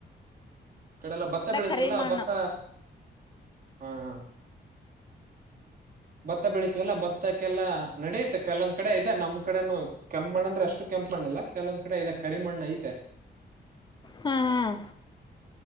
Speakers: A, on the right; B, on the left.
A: ಕಡೆಲ್ಲ ಭತ್ತ ಬೆಳತವಲ್ಲ
B: ಕರಿ ಮಣ್ಣು
A: ಭತ್ತ. ಹಾ ಹಾ. ಭತ್ತ ಬೆಳೀಿತವಲ್ಲ ಬತ್ತಕಲ್ಲ ನಡೆಯುತ್ತೆ ಕಲ. ಕಡೆ ಇದೆ ನಮ್ ಕಡೆನು ಕೆಂಪ್ ಮಾಡಣ ಅಂದ್ರೆಷ್ಟ ಕೆಂಪ್ುಣ್ಣಿಲ್ಲಾ ಕೆಲವಂದ. ಕಡ ಇದ ಕರಿಮಣ್ಣ ಐತ್.
B: ಹ್ಮ್ ಹ್ಮ್.